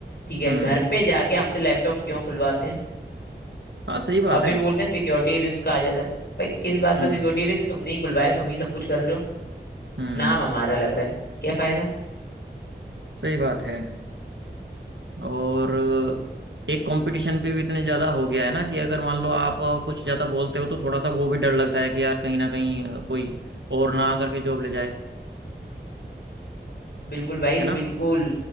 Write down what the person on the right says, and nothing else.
हम्म
हाँ सही बात
है
हम्म
हम्म
सही बात है और एक कंपटीशन पे भी इतने ज़्यादा हो गया है ना कि अगर मान लो आप कुछ ज़्यादा बोलते हो तो थोड़ा सा वो भी डर लगता है कि यार कहीं ना कहीं कोई और ना आकर के जॉब ले जाए
है ना